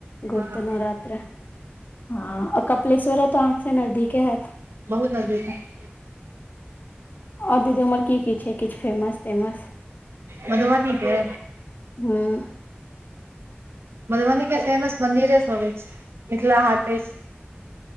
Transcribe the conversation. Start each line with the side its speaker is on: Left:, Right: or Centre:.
Left: गुप्त
Right: हँ
Left: नवरात्र ह आ कपिलेश्वरो तऽ अहाँ से नजदीके हेत
Right: बहुत नजदीक छै
Left: आर दीदी उमर की की छै किछ फेमस-तेमस
Right: मधुबनी के
Left: हुं
Right: मधुबनीके फेमस मन्दिरे सब अएछ मिथिला हाट अएछ